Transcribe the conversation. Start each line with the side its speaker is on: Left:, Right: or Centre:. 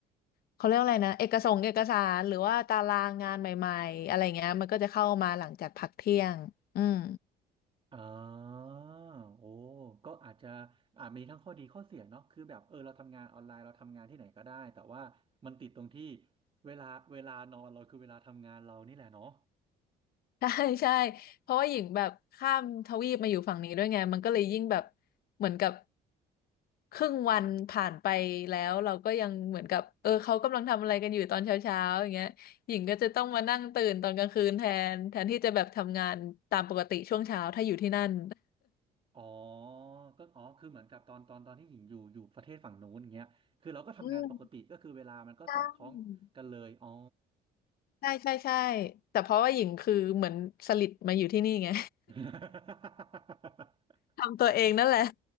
Left: เขาเรียกว่าอะไรนะเอกสงเอกสารหรือว่าตารางงานใหม่ๆอะไรเงี้ยมันก็จะเข้ามาหลังจากพักเที่ยงอืม
Right: อ่าโอ้ก็อาจจะอ่ามีทั้งข้อดีข้อเสียเนาะคือแบบเออเราทำงานออนไลน์เราทำงานที่ไหนก็ได้แต่ว่ามันติดตรงที่เวลาเวลานอนเราคือเวลาทำงานเรานี่แหละเนาะ
Left: ใช่ใช่เพราะว่าหญิงแบบข้ามทวีปมาอยู่ฝั่งนี้ด้วยไงมันก็เลยยิ่งแบบเหมือนกับครึ่งวันผ่านไปแล้วเราก็ยังเหมือนกับเออเขากำลังทำอะไรกันอยู่ตอนเช้าเช้าอย่างเงี้ยหญิงก็จะต้องมานั่งตื่นตอนกลางคืนแทนแทนที่จะแบบทำงานตามปกติช่วงเช้าถ้าอยู่ที่นั่น
Right: อ๋อก็อ๋อคือเหมือนกับตอนตอนตอนที่หญิงอยู่อยู่ประเทศฝั่งนู้นอย่างเงี้ยคือเราก็ทำงานปกติก็คือเวลามันก็สอดคล้องกันเลยอ๋อ
Left: อืมใช่ใช่ใช่ใช่แต่เพราะว่าหญิงคือเหมือนสลิดมาอยู่ที่นี่ไง
Right: <laughs>
Left: <laughs> ทำตัวเองนั่นแหละ